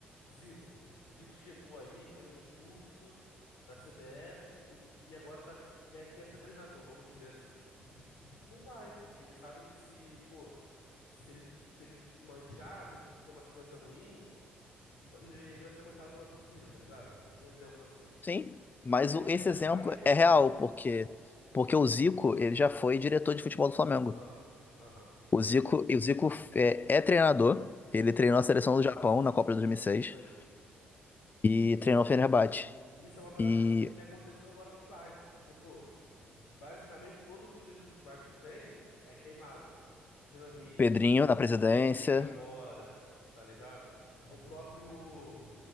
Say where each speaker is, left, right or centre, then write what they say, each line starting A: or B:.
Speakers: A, on the left (about 75°); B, on the left (about 35°).
A: Zico. Zico chegou aí, fez um curso da CBF e, e agora tá, quer, quer ser treinador, vamos dizer assim. Não vai, porque ele sabe que se, pô, se ele, se ele manchar, se ele ter uma sequência ruim. Ele, ele vai ser manchado pela torcida, tá ligado? Um exemplo assim.
B: Sim, mas
A: E aí
B: o- esse exemplo
A: vai queimando
B: é real,
A: os ídolos.
B: porque porque o Zico, ele já foi diretor de futebol do Flamengo.
A: Aham, aham,
B: O Zico, e o Zico é, é treinador, ele
A: uhum.
B: treinou a seleção do Japão na Copa de 2006
A: Isso aí.
B: e seis e treinou o Fenerbahçe.
A: Isso é uma parada
B: E
A: que, que, que aconteceu agora com o Vasco, porque, pô, basicamente todos os ídolos que o Vasco tem é queimado. Dinamite,
B: Pedrinho na presidência.
A: Pedrinho agora, tá ligado? É O próprio,